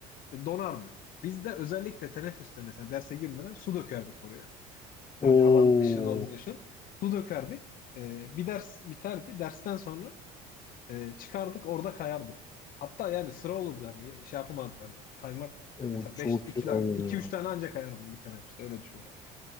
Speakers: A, on the left; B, on the left.
A: e, donardı. Biz de özellikle teneffüste mesela derse girmeden su dökerdik oraya. Hani
B: Oo,
A: havanın kışın olduğunu düşün. Su dökerdik. E, bir ders biterdi. Dersten sonra e, çıkardık orada kayardık. Hatta yani sıra olurdu hani şey yapamazdın hani kaymak
B: o
A: yani mesela
B: çok
A: 5 2
B: iyi oluyor
A: 2 3 tane anca kayardım bir teneffüste öyle düşün yani.